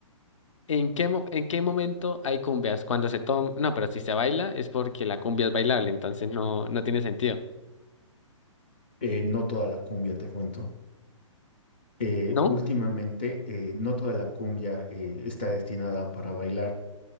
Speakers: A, on the left (about 65°); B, on the left (about 20°).
A: ¿en qué, mo- en qué momento hay cumbias? Cuando se toma, no, pero si se baila es porque la cumbia es bailable, entonces no, no tiene sentido,
B: Eh, no toda la cumbia, te cuento. Eh,
A: ¿no?
B: últimamente, eh, no toda la cumbia eh, está destinada para bailar.